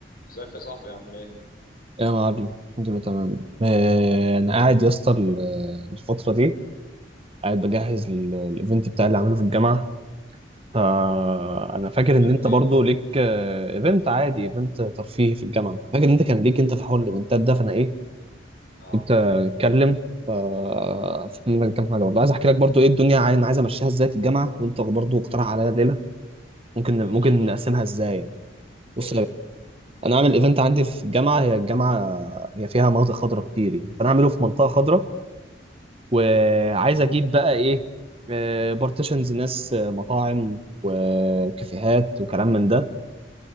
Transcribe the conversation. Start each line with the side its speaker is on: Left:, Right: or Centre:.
Left: ازيك يا صاحبي عامل ايه؟
Right: يا معلم الحمد لله تمام آه، انا قاعد يا اسطى ال- الفتره دي قاعد بجهز ال- الايفنت بتاعي اللي عامله في الجامعه فانا فاكر
Left: ايفنت
Right: ان انت
Left: ايه؟
Right: برضو ليك آه، ايفنت عادي ايفنت ترفيهي في الجامعه فاكر ان انت كان ليك انت في حوار الايفنتات ده فانا ايه
Left: اه
Right: كنت آه، اتكلم فافتكر منك كام حاجه برضو عايز احكي لك برضو ايه الدنيا عاي- انا عايز امشيها ازاي في الجامعه وانت برضو اقترح عليا ليله ممكن
Left: ماشي
Right: ممكن
Left: قول
Right: نقسمها ازاي يعني بص
Left: قول
Right: يا باشا، انا اعمل ايفنت عندي في الجامعه هي الجامعه هي فيها مناطق خضراء كتير يعني فانا اعمله في منطقه خضراء وعايز اجيب بقى ايه آه، بارتيشنز ناس آه، مطاعم و- وكافيهات وكلام من ده